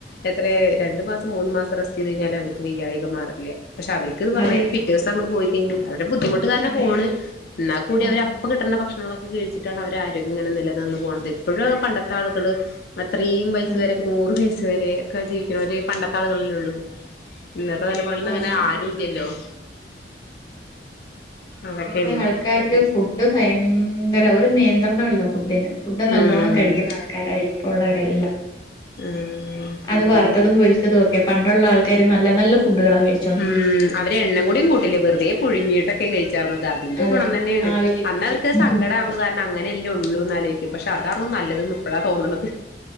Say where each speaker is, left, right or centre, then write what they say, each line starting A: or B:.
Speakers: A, on the left; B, on the left.
A: എത്രെ രണ്ടു മാസം മൂന്ന് മാസം റസ്റ്റ് ചെയ്ത് കഴിഞ്ഞാലും അവർക്ക് വയ്യായിക മാറില്ല പക്ഷെ അവര് മറ്റേത് പറഞ്
B: അതെ
A: കഴിഞാൽ പിറ്റേ ദിവസംങ്ങോട്ട് പോയിക്കഴിഞ്ഞാൽ അവരുടെ ബുദ്ധിമുട്ടുകാരന
B: അതെ
A: പോണേ എന്നാൽ കൂടി
B: ആഹ്
A: അവര് അപ്പ കിട്ടേണ്ട ഭക്ഷണങ്ങളൊക്കെ കഴിച്ചിട്ടാണ് അവര് ആരോഗ്യ ഇങ്ങനെ നിലനിന്നു പോണത് ഇപ്പോഴും പണ്ടത്തെ ആളുകള് അത്രയും വയസ്
B: ആഹ്
A: വരെക്കെ നൂറ് വയസ് വരെക്കെ ജീവിക്കണോര് പണ്ടത്തെ ആളുകളല്ലേ ഉള്ളൂ ഇന്നത്തെ തലമുറയിൽന്ന് അങ്ങനെ
B: ഉണ്ട് ഉണ്ട്
A: ആരു ഇല്ലല്ലോ അതൊക്കെയാണ്
B: ഇപ്പഴത്തെ ആൾക്കാർക്ക് ഫുഡ് ഭയങ്കര ഒരു നിയന്ത്രണല്ലോ ഫുഡിന് ഫുഡ് നല്ലോണ്ണം
A: ഉം
B: കഴിക്കുന്ന ആൾക്കാരായി ഇപ്പോ ഉള്ളവരെല്ലാം
A: ഉം
B: അത് വറുത്തതും പൊരിച്ചതും ഒക്കെ പണ്ടുള്ള ആൾക്കാര് നല്ല നല്ല ഫുഡുകളാ കഴിച്ചേ
A: ഉം അവരെണ്ണ കൂടിയും കൂട്ടില്ലേ വെറുതെ പുഴുഞ്ഞിട്ടൊക്കെ കഴിച്ചാർന്നതാ എന്റെ
B: അതെ
A: ഗുണം തന്നെയാണ്
B: ആവിയില്
A: അന്ന
B: കേറ്റി
A: അവർക്ക് സങ്കട
B: ഉം
A: കാരണം അങ്ങനെയല്ലേ ഉള്ളൂന്ന് ആലോയിക്കും പക്ഷെ അതാ നല്ലത് ഇപ്പോഴാ തോന്നണത്